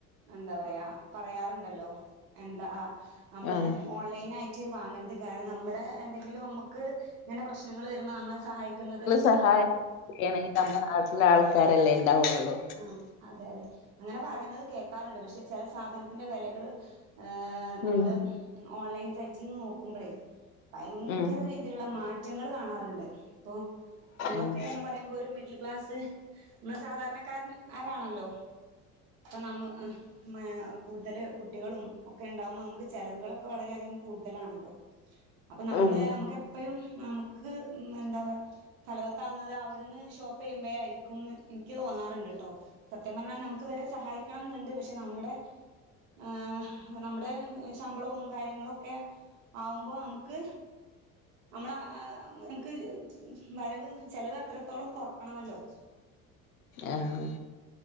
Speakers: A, on the right; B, on the left.
A: എന്താ പറയാ പറയാറ്ണ്ടല്ലോ എന്താ നമ്മള്
B: ആഹ്
A: ഓൺലൈനായിറ്റ് വാങ്ങര്ത് കാരണം നമ്മടെ എന്തെങ്കിലും നമ്മക്ക് ഇങ്ങനെ പ്രശ് ങ്ങള് വരുമ്പോ നമ്മളെ സഹായിക്കുന്നത്
B: സഹായിക്കണെ നമ്മളെ നാട്ടിലെ ആൾക്കാരല്ലേ ഇണ്ടാവൊള്ളൂ
A: ആഹ് അതെ അതെ അങ്ങനെ പറയുന്നത് കേക്കാറുണ്ട് പഷെ ചെല സാധനത്തിന്റെ വെലകള് ഏഹ് നമ്മള്
B: ഉം
A: ഓൺലൈൻ സൈറ്റീന്ന് നോക്കുമ്പഴേ ഭയങ്കര
B: ഉം
A: വെ ത്ള്ള മാറ്റങ്ങള് കാണാറ്ണ്ട് ഇപ്പോ നമ്മളൊക്കെന്ന്
B: ഉം
A: പറയുമ്പോ ഒരു മിഡിൽ ക്ലാസ്സ് നമ്മള് സാധാരണക്കാരൻ ആരാണല്ലോ അപ്പൊ നമ്മ ആഹ് മെ കൂടുതല് കുട്ടികളും ഒക്കെ ഇണ്ടാവുമ്പോ നമ്മക്ക് ചെലവുകളൊക്കെ വളരെയധികം കൂട്തലാണല്ലോ അപ്പ നമ്മള്
B: ആഹ്
A: നമ്മക്ക് എപ്പഴും നമക്ക് എന്താ ഫല ത്താവുന്നത് അവിടുന്ന് ഷോപ്പ് ചെയ്യുമ്പയെ അയക്കുംന്ന് ഇനിക്ക് തോന്നാറുണ്ട്ട്ടോ സത്യം പറഞ്ഞാ നമുക്ക് ഇവരെ സഹായിക്കണന്ന്ണ്ട് പഷെ നമ്മടെ ഏഹ് നമ്മടെ ഏഹ് ശമ്പളവും കാര്യങ്ങളൊക്കെ ആവുമ്പോ നമ്മക്ക് നമ്മളാ ആഹ് എനക്ക് വരവ് ചെലവ് അത്രത്തോളം കൊറക്കണമല്ലോ
B: ആഹ്